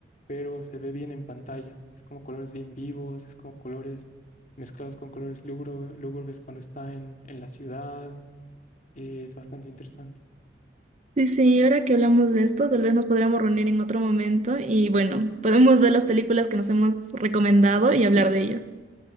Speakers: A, on the left; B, on the right.
A: pero se ve bien en pantalla. Es como colores bien vivos, es como colores mezclados con colores lúgubre- lúgubres cuando está en, en la ciudad. eh, es bastante interesante.
B: Sí, sí, y ahora que hablamos de esto, tal vez nos podríamos reunir en otro momento y bueno, podemos ver las películas que nos hemos recomendado y hablar de ello.